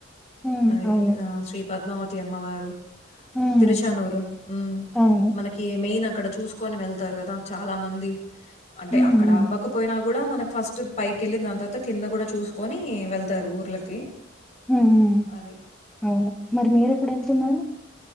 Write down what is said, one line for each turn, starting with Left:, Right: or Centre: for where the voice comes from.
Centre: హ్మ్.
Left: అదే
Centre: అవును.
Left: శ్రీ పద్మావత్ తి అమ్మవారు
Centre: హ్మ్.
Left: తిరుచానూరు హుం
Centre: అవును.
Left: మనకి మెయిన్ క్కడ చూసుకొని వెళ్తారు కదా చాలా మంది అంటే
Centre: హ్మ్.
Left: అక్కడ
Centre: హ్మ్.
Left: అబ్్వకపోయినా కూడా మన ఫస్ట్ పై కెళ్ళి దాన్ తర్వాత కింద కూడా చూసుకొని ని వెళ్తారు ఊర్లకి
Centre: ఉమ్
Left: అది
Centre: అవును మరి మీరు ఎ ప్పుడు వెళ్తున్నారు